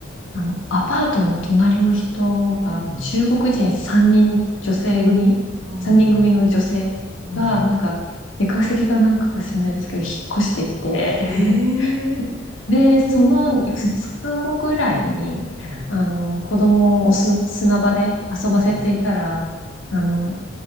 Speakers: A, on the left; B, on the right.
A: あの、アパートの隣の人が、
B: うん。
A: 中国人3人女性組
B: うん。
A: ?3 人組の女性が、
B: うん。
A: なんか、出稼ぎがなんかか知らないですけど、引っ越してきて、<laughs>
B: へえ、
A: で、その2日後ぐらいに、
B: うん、
A: あの、子供をす砂場で遊ばせていたら、
B: うん、
A: あの、